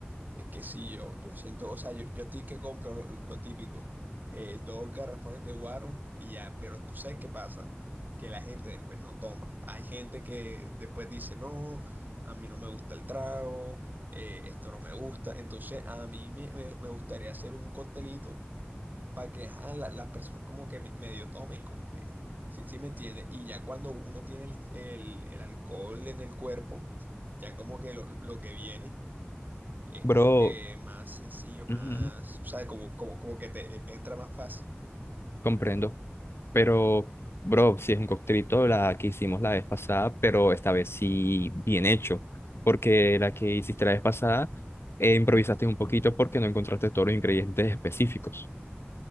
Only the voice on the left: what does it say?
Bro.
ujú.
Comprendo. Pero, bro, si es un coctelito, la que hicimos la vez pasada, pero esta vez sí bien hecho. Porque la que hiciste la vez pasada, eh, improvisaste un poquito porque no encontraste todos los ingredientes específicos.